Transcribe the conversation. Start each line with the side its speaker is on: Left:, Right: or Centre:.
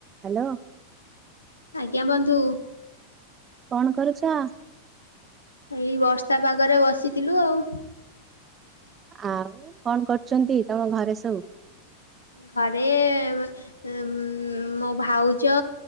Right: Hello.
Left: କିୟା ବନ୍ଧୁ।
Right: କଣ କରୁଚ?
Left: ଏଇ ବର୍ଷା ପାଗରେ ବସିଥିଲୁ ଆଉ।
Right: ଆଉ କଣ କରୁଛନ୍ତି ତମ ଘରେ ସବୁ?
Left: ଘରେ ଉଁ ଉଁ ମୋ ଭାଉଜ